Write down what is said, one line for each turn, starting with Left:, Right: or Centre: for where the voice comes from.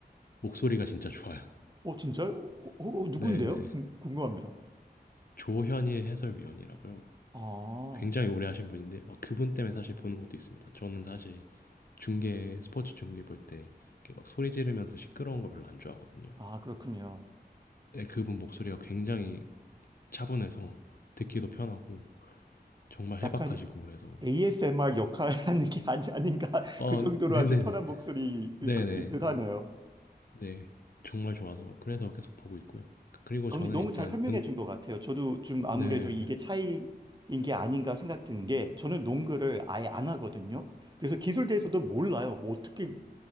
Left: 목소리가 진짜 좋아요.
Right: 어, 진짜요? 어, 어,
Left: <laughs>
Right: 어, 누군데요?
Left: 네네.
Right: 궁, 궁금합니다.
Left: 조현일 해설위원이라고요.
Right: 아,
Left: 굉장히 오래 하신 분인데 어, 그분 때문에 사실 보는 것도 있습니다. 저는 사실 중계 스포츠 중계 볼 때 이렇게 막 소리 지르면서 시끄러운 거 별로 안 좋아하거든요.
Right: 아, 그렇군요.
Left: 네, 그분 목소리가 굉장히 차분해서 듣기도 편하고 정말
Right: 약간
Left: 해박하시고 그래서
Right: ASMR 역할 하는 게 아니, 아닌가. <laughs>
Left: 어
Right: 그 정도로
Left: 네네네
Right: 아주 편한 목소리일
Left: 네네네
Right: 것- 일듯
Left: 네
Right: 하네요.
Left: 네, 정말 좋아서 그래서 계속 보고 있고요. 그리고
Right: 아,
Left: 저는
Right: 근데 너무
Left: 일단
Right: 잘 설명해 준 것 같아요. 저도 좀 아무래도
Left: 응네아네음
Right: 이게 차이인 게 아닌가 생각 드는 게 저는 농구를 아예 안 하거든요. 그래서 기술에 대해서도 몰라요. 뭐 어떻게